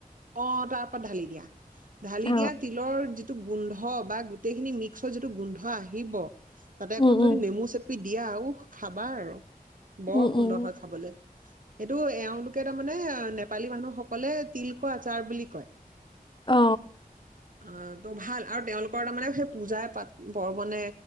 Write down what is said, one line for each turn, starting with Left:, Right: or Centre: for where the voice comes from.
Right: অ', তাৰ পৰা ঢালি দিয়া। ঢালি
Left: অ
Right: দিয়া তিলৰ টো গোন্ধ বা গোটেইখিনি মিক্সহৈ যিটো গোন্ধ আহিব। তাতে আকৌ
Left: উম
Right: যদি
Left: উম
Right: নেমু চেপি দিয়া উহ খাবা আৰু বৰ
Left: উম
Right: সুন্দৰ
Left: উম
Right: হয় খাবলে। এইটো এওঁলোকে তাৰমানে নেপালী মানুহসকলে তিলক আচাৰ বুলি কয়
Left: অ
Right: আহ ত' ভাল আৰু তেওঁলোকৰ তাৰমানে সেই পূজাই পাত পৰ্বনে